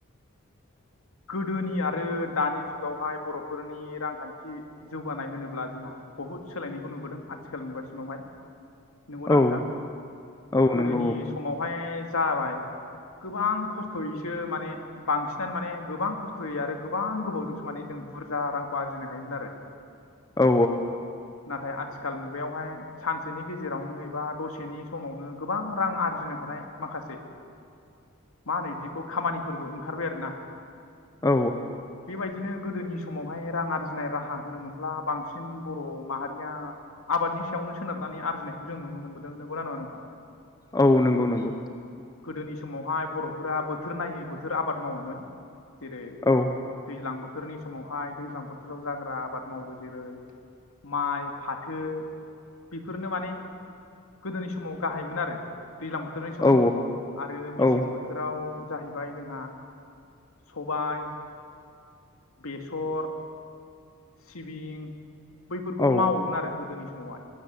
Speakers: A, on the left (about 80°); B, on the left (about 15°).
A: गोदोनि आरो दानि जुगावहाय बर'फोरनि रांखान्थि जौगानाय होनोब्ला जोंहा बहुद सोलायनायखौ नुबोदों आथिखाल मुगासिमावहाय। नंगौना
B: औ
A: नोंथां
B: औ
A: गोदोनि
B: नंगौ
A: समावहाय जाबाय गोबां खस्थ'यैसो माने बांसिनानो माने गोबां खस्थ'यै आरो गोबां गोबावजोंसो माने जों बुरजा रांखौ आर्जिनो हायोमोन आरो।
B: औ
A: नाथाय आथिखाल मुगायावहाय सान सेनि गेजेरावनो एबा दसेनि समावनो गोबां रां आरजिनो हानाय माखासे मा होनो इदिखौ खामानि फोरबो ओंखारबाय आरो ना।
B: औ
A: बेबायदिनो गोदोनि समावहाय रां आरजिनाय राहा होनो मोनब्ला बांसिन बर' माहारिया आबादनि सायावनो सोनारनानै आरजिनायखौ जों नुनो मोनबोदों नंगौना नङा नोंथां?
B: औ नंगौ नंगौ।
A: गोदोनि समावहाय बर'फोरा बोथोर नायै बोथ थोर आबाद मावोमोन जेरै
B: औ
A: दैज्लां बोथोरनि समावहाय दैज्लां बोथोराव जाग्रा आबाद मावो जेरै माइ फाथो बेफोरनो माने गोदोनि समाव गाहाइमोन आरो। दैज्लां बोथोरनि समाव
B: औ
A: आरो मेसें
B: औ
A: बोथोराव जाहैबाय जों हा सबाइ बेसर सिबिं बैफोरखौ
B: औ
A: मावोमोन आरो गोदोनि समावहाय।